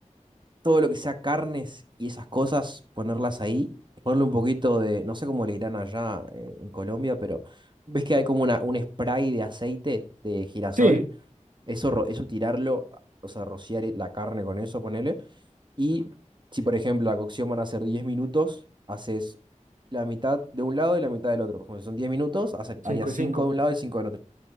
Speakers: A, on the right (about 35°); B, on the right (about 80°).
A: todo lo que sea carnes y esas cosas, ponerlas ahí, ponerle un poquito de, no sé cómo le dirán allá eh, en Colombia, pero ves que hay como una, un spray de aceite de girasol.
B: Sí,
A: Eso, ro- eso tirarlo, o sea, rociar la carne con eso, ponele. Y si, por ejemplo, la cocción van a ser 10 minutos, haces la mitad de un lado y la mitad del otro. Por ejemplo, si son 10 minutos, hace-
B: 5
A: harías
B: y
A: 5
B: cinco.
A: de un lado y 5 del otro.